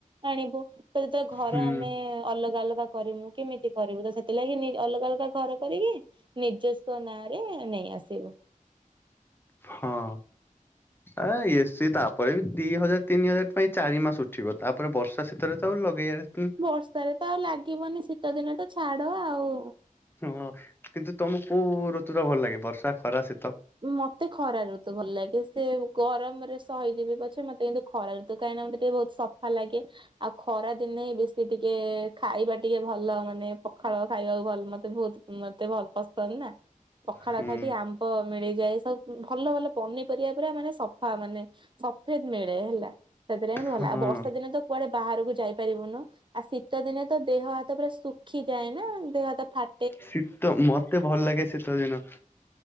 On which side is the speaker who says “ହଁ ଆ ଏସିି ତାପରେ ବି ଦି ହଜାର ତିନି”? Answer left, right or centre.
Left